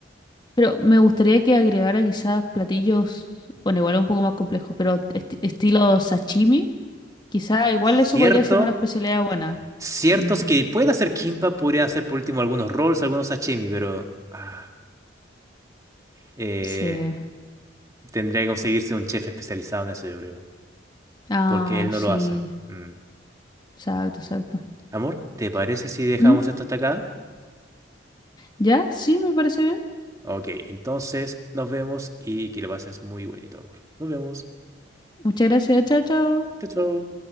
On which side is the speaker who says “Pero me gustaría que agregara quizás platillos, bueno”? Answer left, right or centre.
Left